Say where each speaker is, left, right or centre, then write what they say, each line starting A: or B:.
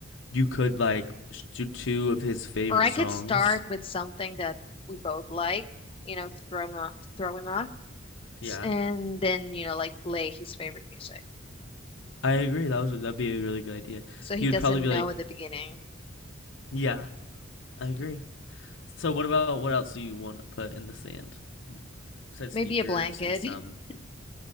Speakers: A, on the left (about 65°); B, on the left (about 25°).
A: You could like do two of his favorite
B: Or I
A: songs.
B: could start with something that we both like, you know, to throw him off, to throw him off,
A: Yeah.
B: s- and then, you know, like play his favorite music.
A: I agree. That was that'd be a really good idea.
B: So he
A: He
B: doesn't
A: would probably be
B: know
A: like,
B: at the beginning.
A: "Yeah, I agree." So what about what else do you want to put in the sand besides
B: Maybe
A: speakers
B: a blanket.
A: and some
B: <laughs>